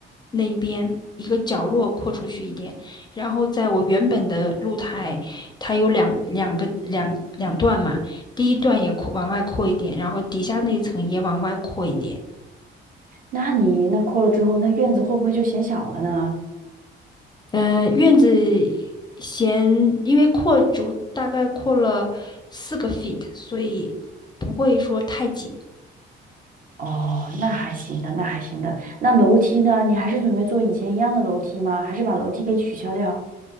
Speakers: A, on the left (about 20°); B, on the right (about 45°).
A: 那一边一个角落扩出去一点，然后在我原本的露台，它有两两个两两段嘛，第一段也扩往外扩一点，然后底下那一层也往外扩一点。
B: 那你那扩了之后，那院子会不会就显小了呢？
A: 嗯、呃院子嫌因为扩足大概扩了四个 feet，所以不会说太挤。
B: 哦，那还行的，那还行的。那楼梯呢？你还是准备做以前一样的楼梯吗？还是把楼梯给取消掉？